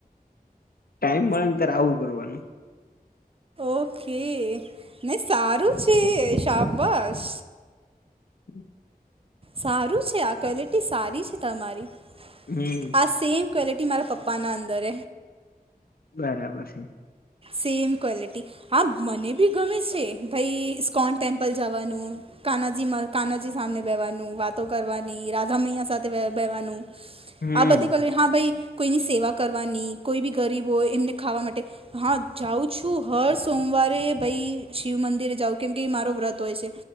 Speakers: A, on the left (about 70°); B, on the right (about 35°).
A: ટાઈમ મળે ને ત્યારે આવું કરવાનું
B: ઓકે ને સારું છે શાપ બસ
A: હમ
B: સારું છે આ ક્વલિટી સારી છે તમારી
A: હમ
B: આ સેમ ક્વૉલિટી મારા પપ્પાના અંદર
A: બરાબર છે.
B: સેમ ક્વોલિટી હા મને બી ગમે છે ભાઈ ઇસ્કોન ટેમ્પલ જવાનું કાનાજી કાનાજી સામને બેવાનું કરવાની રાધા મૈયા સાથેવાનું
A: હમ
B: આ બધીલે હા ભાઈ કોઈની સેવા કરવાની કોઈ બી ગરીબ હોય એમને ખાવા માટે હા જાઉં છું હર સોમવારે ભાઈ શિવ મંદિરે જાઉં કેમ કે મારો વ્રત હોય છે